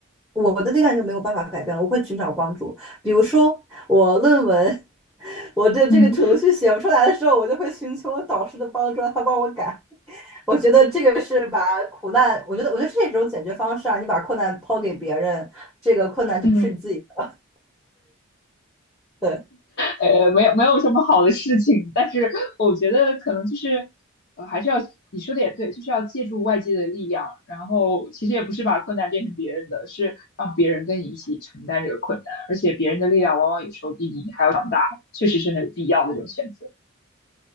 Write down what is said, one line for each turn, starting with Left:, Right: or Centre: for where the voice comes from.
Centre: 我的力量就没有办法改变了，我会寻找帮助，比如说。我论文，我对这个程序写不出来的时候，
Left: 嗯。
Centre: 我就会寻求我导师的帮助，让他帮我改。我觉得这个是把苦难，我觉得我觉得这种解决方式啊，你把困难抛给别人，这个困难就不是你自己的，
Left: 嗯。
Centre: 对，
Left: 呃，没有没有什么好的事情，但是我觉得可能就是，呃，还是要你说的也对，就是要借助外界的力量，然后其实也不是把困难变成别人的，是让别人跟你一起承担这个困难，而且别人的力量往往有时候比你还要强大，确实是很有必要的这种选择。